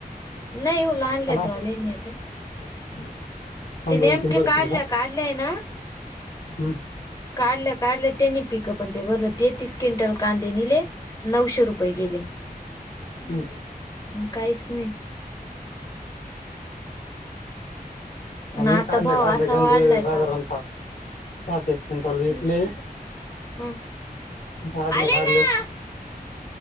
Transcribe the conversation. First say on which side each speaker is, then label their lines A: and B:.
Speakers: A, on the left; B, on the left.
A: नाही येव लहान ललेट्रॉले
B: चला
A: न ते.
B: <inaudible>
A: ती नेमकी
B: तीन भरतील
A: काढल्या
B: का
A: काढल्याय ना.
B: हम्म.
A: काढल्या काढल्या त्यांनी पिकं पण ते भरलं तेहतीस क्विंटल कांदे निले. नऊशे रुप- पहिले आहे.
B: हम्म.
A: मग काहीच नाही. आणि
B: आम्ही
A: आता
B: काढलंय
A: भाव
B: काढलं
A: असा
B: त्यांच
A: वाढलाय
B: साधारणतः.
A: का
B: साठ एक क्विंटल विकले
A: हं
B: काढले
A: आले
B: काढल्याच.
A: ना